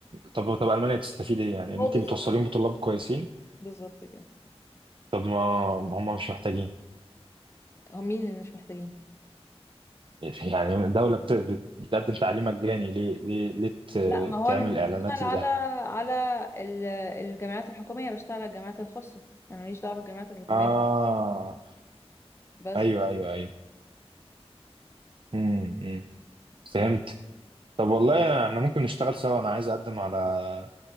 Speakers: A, on the right (about 50°); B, on the left (about 25°).
A: طب طب ألمانيا بتستفيد إيه يعني
B: هو
A: إن أنت
B: بالظبط
A: بتوصليهم بطلاب كويسين
B: بالظبط كده
A: طب ما ما هم مش محتاجين
B: هو مين اللي مش محتاجين
A: يعني الدولة بت... بت... بتقدم تعليم مجاني ليه ليه ليه ت...
B: لا ما هو
A: تعمل
B: انا مش
A: إعلانات
B: بشتغل
A: لده
B: على على ال- الجامعات الحكوميه بشتغل على الجامعات الخاصه انا ماليش دعوه بالجامعات الحكوميه
A: آه
B: بس
A: أيوه أيوه أيوه امم أمم. فهمت طب والله إحنا ممكن نشتغل سوا أنا عايز أقدم على